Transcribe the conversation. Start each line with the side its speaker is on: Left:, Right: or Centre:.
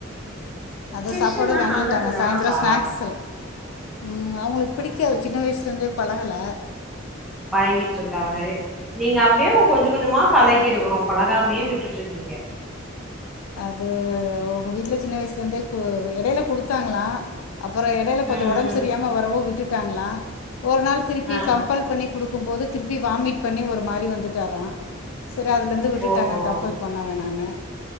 Left: அதா
Centre: ஃபிஷ்
Left: சாப்பாடு
Centre: எல்லா
Left: வேணான்டாங்க
Centre: நல்லது தானப்பா
Left: சாய்ந்தரோ ஸ்நாக்ஸ் ம் அவுங்களுக்
Centre: ஆ
Left: பிடிக்காது சின்ன வயஸ்லருந்தே பலஹல
Centre: பழகிட்ருக்காங்க நீங்க அப்டியே கொஞ்சோ கொஞ்சோமா பழகிருக்கணு பழகாமயே விட்டுட்ருக்கிங்க
Left: அது உங்க வீட்ல சின்ன வயசுலருந்தே கு எடைய்ல குடுத்தாங்ளா அப்புறோ எடையில கொஞ்சோ
Centre: ம்
Left: ஒடம்ப்
Centre: ம்
Left: சரியாம வரவோ விட்டுட் டாங்ளா ஒரு நாள் திரிப்பி
Centre: ஆ
Left: கம்ப்பல் பண்ணி குடுக்கும்போது திருப்பி வாமிட் பண்ணி ஒரு மாறி வந்துட்டாரா செரி அதுலந்து விட்டுட்டாங்க
Centre: ஓஹோ
Left: கம்ப்பல் பண்ண வேணான்னு